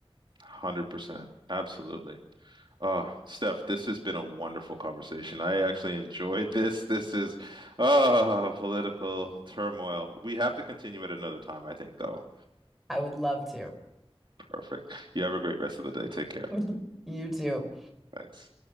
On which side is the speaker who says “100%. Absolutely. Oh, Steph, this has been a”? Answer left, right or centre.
Right